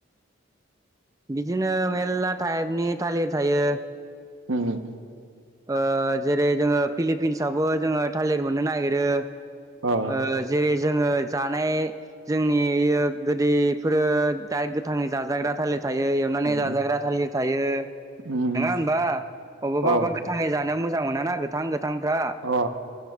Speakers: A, on the right; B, on the right.
A: बिदिनो मेरला टाइपनि थालिर थायो।
B: हम उम
A: ओ जेरै जोङो फिलिपिन्सआवबो जोङो थालिर मोननो नागिरो ओ
B: अ
A: जेरै जोङो जानाय जोंनि गोदैफोरो दा गोथाङै जाजाग्रा थालिर थायो एवनानै
B: उम
A: जाजाग्रा थालिर थायो
B: उम
A: नङा होमबा अबावबा
B: अ
A: अबबा जानो मोजां मोनना गोथां गोथांफ्रा।
B: अ